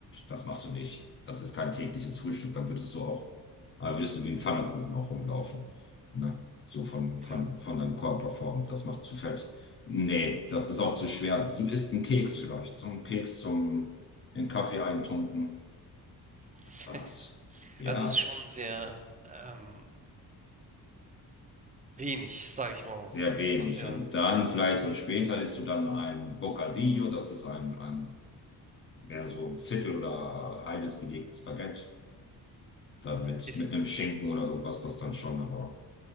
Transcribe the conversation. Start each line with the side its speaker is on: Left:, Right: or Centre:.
Left: Das machst du nicht. Das ist kein tägliches Frühstück. Dann würdest du auch, äh, würdest du wie ein Pfannkuchen auch rumlaufen. Ne? So von, von,
Right: Ja.
Left: von deinem Körperform. Das macht zu fett. Nee, das ist auch zu schwer. Du isst einen Keks vielleicht. So einen Keks zum in Kaffee eintunken.
Right: <laughs>
Left: Was? Ja,
Right: Also, es ist schon sehr, ähm, wenig, sage ich mal auch,
Left: sehr wenig.
Right: was ihr
Left: Und
Right: da
Left: dann vielleicht
Right: ja.
Left: so später isst du dann ein Bocadillo, das ist ein, ein mehr so ein Viertel oder halbes belegtes Baguette. Dann mit,
Right: Ist
Left: mit einem Schinken oder irgendwas, das dann schon, aber